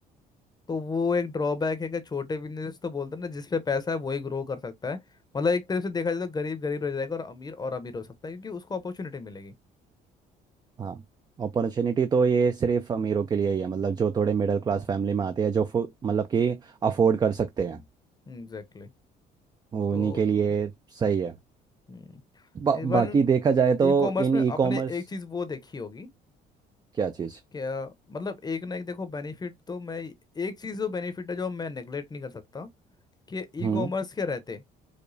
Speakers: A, on the left; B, on the right.
A: तो वो एक ड्रॉबैक है कि छोटे बिजनेस तो बोलते हैं ना जिसपे पैसा है वही ग्रो कर सकता है मतलब एक तरह से देखा जाए तो गरीब गरीब रह जाएगा और अमीर और अमीर हो सकता है क्योंकि उसको अपॉर्चुनिटी मिलेगी
B: हाँ अपॉर्चुनिटी तो ये सिर्फ अमीरों के लिए ही है मतलब जो थोड़े मिडिल क्लास फैमिली में आते हैं जो फु- मतलब कि अफोर्ड कर सकते हैं
A: Exactly exactly.
B: वो
A: तो
B: उन्हीं के लिए सही है
A: हम्म,
B: बा,
A: इवन
B: बाकी देखा जाए तो
A: ई कॉमर्स
B: इन
A: में
B: ई
A: आपने
B: कॉमर्स
A: एक चीज़ वो देखी होगी
B: क्या चीज़
A: क्या मतलब एक ना एक देखो बेनिफिट तो मैं एक चीज़ जो बेनिफिट है जो मैं नेग्लेक्ट नहीं कर सकता कि
B: हम्म
A: ई कॉमर्स के रहते